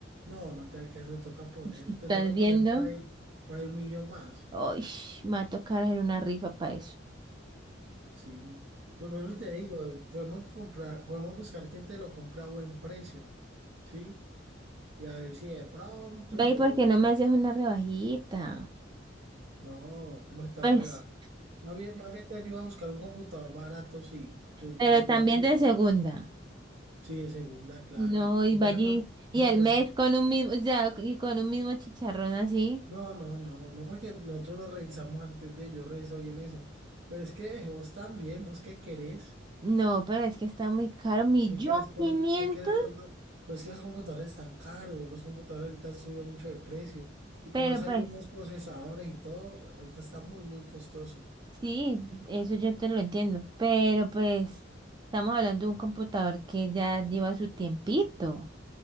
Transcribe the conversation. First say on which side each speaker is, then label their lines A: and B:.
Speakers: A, on the right; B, on the right.
A: No, no te alcanza, te toca poner,
B: ¿Estás
A: te toca
B: viendo?
A: poner por ahí, por ahí un millón más.
B: Uy, me va a tocar hacer una rifa para eso.
A: Sí. Pues bueno, te digo, podemos comprar, podemos buscar quien te lo compra a buen precio. Sí. Y a ver si de pronto
B: Ve,
A: lo,
B: ¿y por
A: lo-
B: qué no me haces una rebajita?
A: no, ¿cómo está
B: Pues,
A: regalando? Más bien, más bien te ayuda a buscar un computador barato, sí. Te
B: pero
A: puedo ayudar.
B: también
A: Uh,
B: de segunda.
A: Sí, de segunda, claro.
B: No, y
A: <laughs>
B: va allí, y
A: No,
B: al
A: pues,
B: mes con un mismo, o sea, y con un mismo chicharrón así.
A: no, no, no, no, porque nosotros lo revisamos antes de, yo reviso bien eso. Pero es que vos también, vos qué querés.
B: No, pero es que está muy caro, millón
A: ¿Qué quieres por,
B: quinientos,
A: qué quieres por, do- pero es que los computadores están caros, los computadores ahorita han subido mucho de precio, y
B: pero
A: como han salido
B: pues,
A: más procesadores y todo, ahorita está muy, muy costoso.
B: sí, eso yo te lo entiendo, pero pues, estamos hablando de un computador que ya lleva su tiempito,